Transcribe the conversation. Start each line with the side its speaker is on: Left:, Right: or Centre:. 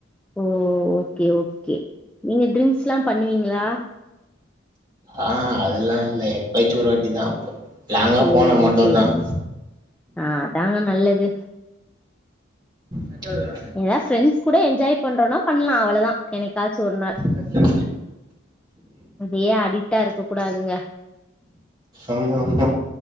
Centre: ஓ ஓகே ஓகே நீங்க ட்ரிங்க்ஸ் லாம் பண்ணுவீங்களா
Right: ஆ அதுல்லாம் இல்ல எப்பயாச்சு ஒரு வாட்டிதான் அப்போ லாங்கா
Centre: சேரிங்க
Right: போனா மட்டும்தான்
Centre: சேரிங்க ஆ அதாங்க நல்லது
Right: வச்சா இழுடா
Centre: ஏதாவது ஃப்ரெண்ட்ஸ் கூட என்ஜாய் பண்றோம்னா பண்ணலாம் அவ்ளோதான் என்னைக்காச்சும் ஒரு நாள்
Right: <unintelligible>
Centre: இதே அடிக்டா இருக்க கூடாதுங்க
Right: ஆமா ஆமா